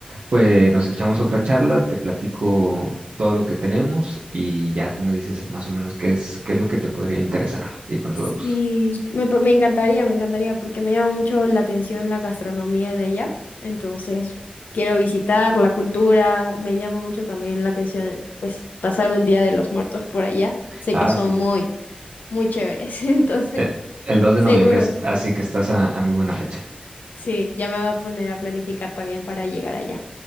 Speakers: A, on the right; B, on the left.
A: pues nos echamos otra charla, te platico todo lo que tenemos y ya tú me dices más o menos qué es, qué es lo que te podría interesar y con
B: Sí,
A: todo gusto.
B: me, pa- me encantaría, me encantaría, porque me llama mucho la atención la gastronomía de allá. Entonces, quiero visitar la cultura, me llama mucho también la atención, eh, pues, pasar un día de los muertos por allá. Sé
A: Ah,
B: que son
A: sí.
B: muy, muy chéveres, <laughs> entonces,
A: Eh, El dos de
B: seguro.
A: noviembre, as- así que estás a, a muy buena fecha.
B: Sí, ya me voy a poner a planificar también para llegar allá.